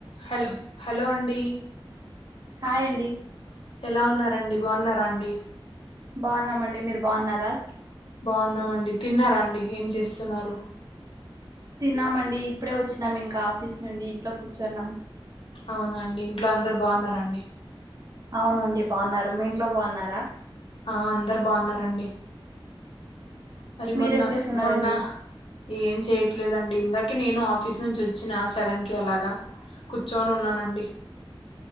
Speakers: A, on the left (about 80°); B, on the right (about 40°).
A: Hello hello అండి
B: hi అండి
A: ఎలా ఉన్నారండి బాగున్నారా అండి
B: బాగున్నామండి మీరు బాగున్నారా
A: బాగున్నామ అండి తిన్నారా అండి ఏం చేస్తున్నారు
B: తిన్నామండి ఇప్పుడే వచ్చినాం ఇంకా ఆఫీస్ నుండి ఇంట్లో కూర్చున్నాం
A: అవునా అండి ఇంట్లో అందరు బాగున్నడి
B: అవునండి బాగున్నారు మీ ఇంట్లో బాగున్నారా
A: ఆ అందరు బాగున్నారండి మరి
B: మీరేం
A: మొన్న
B: చేస్తున్నారండి
A: మొన్న ఏం చేయట్లేదండి ఇందాక అే నేను ఆఫీస్ నుంచి వచ్చిన సెవెన్ కి అలాగా కూర్చోని ఉన్నానండి